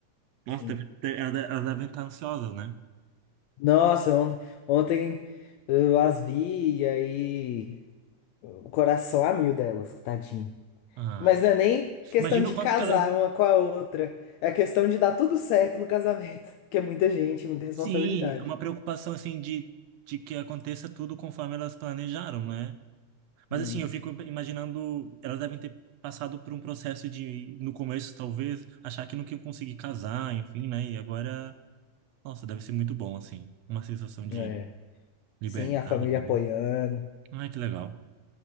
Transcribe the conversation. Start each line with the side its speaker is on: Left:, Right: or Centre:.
Right: Nossa,
Left: Sim.
Right: deve ter- elas de- elas devem estar ansiosas, né?
Left: Nossa, ont- ontem eu as vi e aí o coração a mil delas, tadinho.
Right: Ah,
Left: Mas não é nem questão
Right: imagina
Left: de
Right: o quanto
Left: casar
Right: que elas
Left: uma com a outra, é a questão de dar tudo certo no casamento, <laughs> que é muita gente, muita responsabilidade.
Right: Sim, é uma preocupação assim de, de que aconteça tudo conforme elas planejaram, né? Mas
Left: Sim.
Right: assim, eu fico imaginando, elas devem ter passado por um processo de, no começo, talvez, achar que nunca iam conseguir casar, enfim, né? E agora, nossa, deve ser muito bom, assim. Uma sensação de
Left: É.
Right: liberdade,
Left: Sim, a família apoiando.
Right: né? Ai, que legal.